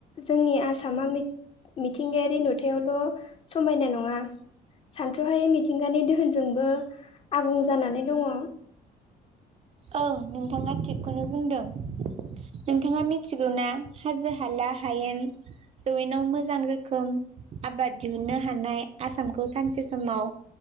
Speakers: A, on the left; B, on the right.
A: जोंनि आसामा मिथिंगायारि नुथायावल' समायना नङा सानथ्र'हायै मिथिंगानि दोहोनजोंबो आबुं जानानै दङ
B: औ ओं नोंथाङा थिगखौनो बुंदों नोंथाङा मिथिगौना हाजो हाला हायेन जौयेनाव मोजां रोखोम आबाद दिहुनो हानाय आसामखौ सानसे समाव